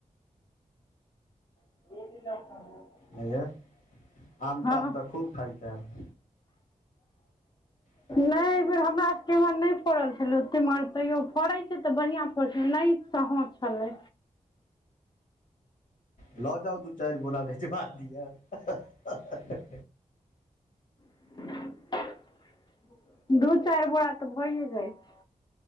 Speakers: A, on the left (about 35°); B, on the left (about 75°).
A: <unintelligible>
B: है यै <inaudible> आम
A: हँ
B: ताम तऽ खूब खाइत हैब <inaudible> <unintelligible>
A: नै एहि बेेर हमरा सब केँ एम्हर नै फड़ल छलै ओत एम्हर तैयो फड़ै छै तऽ बढ़िआँ फड़ै छै नै तऽ हऽ छलै
B: लऽ जाउ दू चाइर बोरा भेजबा दिअ- <unintelligible>
A: <unintelligible> दू चाइर बोरा तऽ भइए जाइ छै